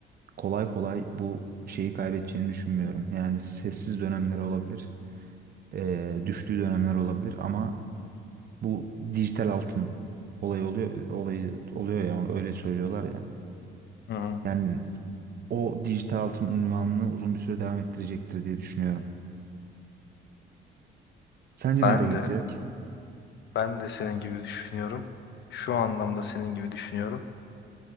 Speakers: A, on the right; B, on the left.
A: kolay kolay bu şeyi kaybedeceğini düşünmüyorum. Yani sessiz dönemler olabilir, eee, düştüğü dönemler olabilir ama bu dijital altın olayı oluyor, olayı oluyor ya öyle söylüyorlar ya.
B: Hı hı.
A: Yani o dijital altın unvanını uzun bir süre devam ettirecektir diye düşünüyorum. Sence
B: Ben
A: nereye gidecek?
B: de ben de senin gibi düşünüyorum. Şu anlamda senin gibi düşünüyorum.